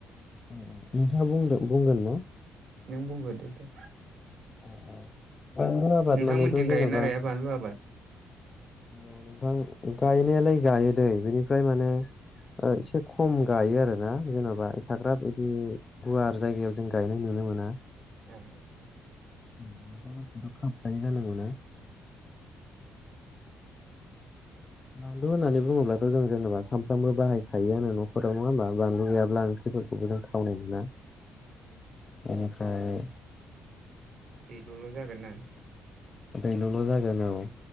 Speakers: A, on the left; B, on the right.
A: औ औ नोंथाङा बुंदो बुंगोन ना?
B: नों बुंगोदो दे।
A: अ अ बान्लु आबाद
B: नोंथांमोनथिं
A: मानेथ'
B: गायोना
A: जेन'बा
B: गाया बानलु आबाद
A: अ नोंथां गायनायालाय गायो दैे। बिनिफ्राय माने ओ एसे ख' खम गायो आरोना जेन'बा एफाग्राब इदि गुवार जायगायाव जों गायनाय नुनो मोना।
B: ए
A: उम नोंथां मोन्थिंथ' खाम खायो जानांगौ ना? बानलु होननानै बुङोब्लाथ' जों जेनेबा सामफ्रामबो बाहायखायोआनो न'खराव। नङा होमबा? बानलु गैयाब्ला ओं ख्रि फोरखौबो जों थावनाय मोना। एनिफ्राय
B: दैल'ल' जागोन ना।
A: दैल'ल' जागोन औ।